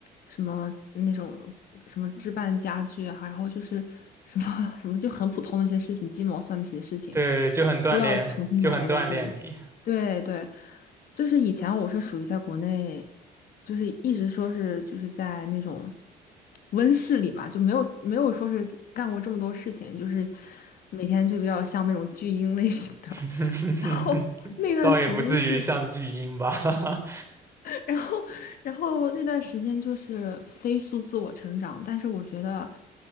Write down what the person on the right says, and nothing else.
对，就很锻炼，
就很锻炼你，
<laughs>
倒也不至于像巨婴吧。<laughs>